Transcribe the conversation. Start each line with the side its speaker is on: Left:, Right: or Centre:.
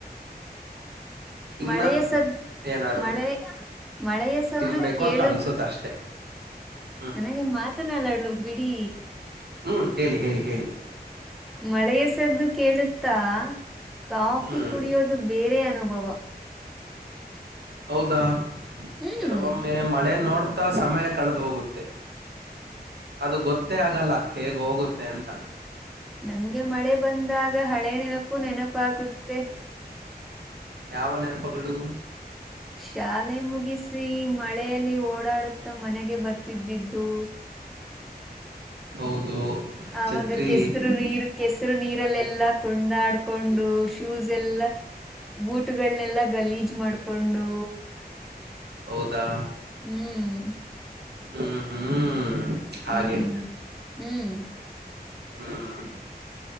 Right: ಇನ್ನ
Centre: ಮಳೆಯ ಸದ
Right: ಏನಾರು
Centre: ಮಳೆ ಮಳೆಸದ್ದು
Right: ತಿನ್ಬೇಕು
Centre: ಕೇಳು
Right: ಅಂತ ಅನ್ಸುತ್ತ ಅಷ್ಟೆ ಹ್ಮ್
Centre: ಹಾಗೆ ಮಾತನಲ್ಲಡ್ಲು ಬಿಡಿ
Right: ಹ್ಮ್ ಹೇಳಿ ಹೇಳಿ ಹೇಳಿ
Centre: ಮಳೆೆಯ ಸದ್ದು ಕೇಳುತ್ತಾ ಕಾಫಿ
Right: ಹ್ಮ್
Centre: ಕುಡಿಯೋದು ಅದು ಬೇರೆ ಅನುಭವ
Right: ಹೌದಾ
Centre: ಹ್ಮ್
Right: ಕೆಲವೊಮ್ಮೆ ಮಳೆ ನೋಡ್ತಾ ಸಮಯ ಕಳೆದು ಹೋಗುತ್ತೆ ಅದು ಗೊತ್ತೇ ಆಗಲ್ಲ ಹೇಗ್ ಹೋಗುತ್ತೆ ಅಂತ
Centre: ನನ್ಗೆ ಮಳೆ ಬಂದಾಗ ಹಳೆ ನೆನಪು ನೆನಪಾಗುತ್ತೆ
Right: ಯಾವ ನೆನಪಗಳು
Centre: ಶಾಲೆ ಮುಗಿಸಿ ಮಳೆಯಲ್ಲಿ ಓಡಾಡುತ್ತ ಮನೆಗೆ ಬರ್ತಿದ್ದಿದ್ದು
Right: ಹೌದು
Centre: ಆವಾಗ
Right: ಛತ್ರಿ
Centre: ಕೆಸರು ನೀರು ಕೆಸರು ನೀರಲ್ಲೆಲ್ಲಾ ಕುಡಾಡ್ಕೊಂಡು ಶೂಸ್ ಎಲ್ಲಾ ಬುಟಗಳನೆೆಲ್ಲಾ ಗಲೀಜ್ ಮಾಡ್ಕೊಂಡು
Right: ಹೌದಾ
Centre: ಹ್ಮ್
Right: ಹ್ಮ ಹ್ಮ್ ಹಾಗೆ
Centre: ಹ್ಮ್ ಹ್ಮ್
Right: ಹ್ಮ್